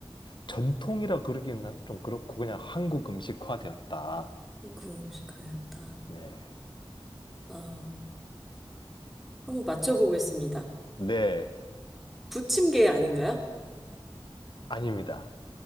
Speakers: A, on the left; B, in the centre.
A: 전통이라 그러기는 좀 그렇고 그냥 한국 음식화 되었다.
B: 한국 음식화였다.
A: 네.
B: 아, 한번 맞춰보겠습니다.
A: 네.
B: 부침개 아닌가요?
A: 아닙니다.